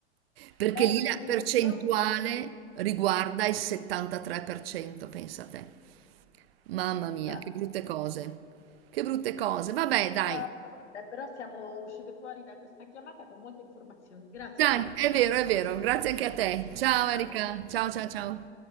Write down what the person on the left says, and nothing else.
eh
sì,
purtroppo,
ah,
vabbè, però siamo uscite fuori da questa chiamata con molte informazioni. Grazie,
cara.
Ciao.